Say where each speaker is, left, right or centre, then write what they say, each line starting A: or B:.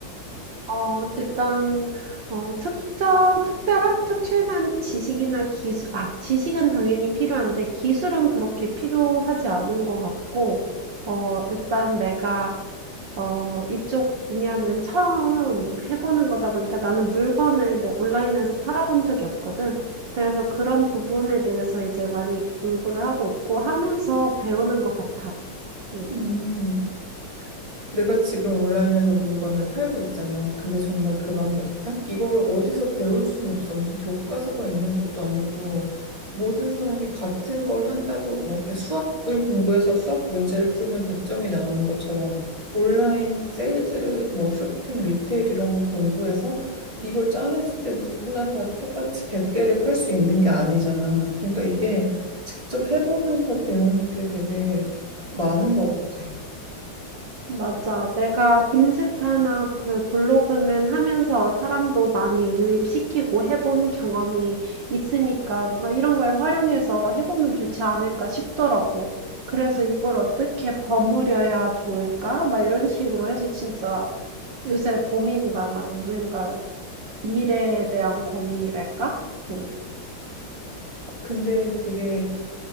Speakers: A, on the right; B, on the right.
A: 어, 일단 어, 특정 특별한 특출난 지식이나 기술 아, 지식은 당연히 필요한데 기술은 그렇게 필요하지 않은 것 같고 어, 일단 내가 어, 이쪽 분야는 처음 해보는 거다 보니까 나는 물건을 내- 온라인에서 팔아본 적이 없거든. 그래서 그런 부분에 대해서 이제 많이 공부를 하고 있고 하면서 배우는 것 같아. 음.
B: 음, 내가 지금 온라인에서 물건을 팔고 있잖아. 근데 정말 그 말이 맞다? 이거를 어디서 배울 순 없어. 무슨 교과서가 있는 것도 아니고 모든 사람이 같은 걸 한다고 뭐 이렇게 수학을 공부해서 수학 문제를 풀면 100점이 나오는 것처럼 온라인 세일즈 뭐 쇼핑 리테일 이런 걸 공부해서 이걸 짜냈을 때 누구나 다 똑같이 100개를 팔 수 있는 게 아니잖아. 그러니까 이게 직접 해보면서 배우는 게 되게 많은 것 같아.
A: 맞아. 내가 인스타나 그 블로그는 하면서 사람도 많이 유입시키고 해본 경험이 있으니까 뭔가 이런 걸 활용해서 해보면 좋지 않을까 싶더라고. 그래서 이걸 어떻게 버무려야 좋을까? 막 이런 식으로 해서 진짜 요새 고민이 많아. 뭔가 미래에 대한 고민이랄까? 응.
B: 근데 되게